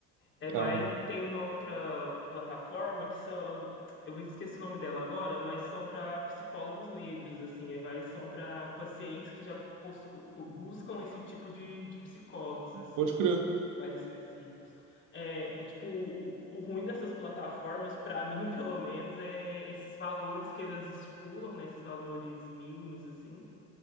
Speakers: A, on the left; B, on the right.
A: É, vai,
B: Ah,
A: tem uma outra plataforma que são, eu esqueci o nome dela agora, mas são para psicólogos negros, assim, é, vai, são para pacientes que já poscu- buscam esse tipo de, de psicólogos, assim,
B: pode crer.
A: mais específicos. É, o tipo, o, o ruim dessas plataformas, para mim, <laughs> pelo menos, é esses valores que elas estipulam, né, esses valores mínimos, assim,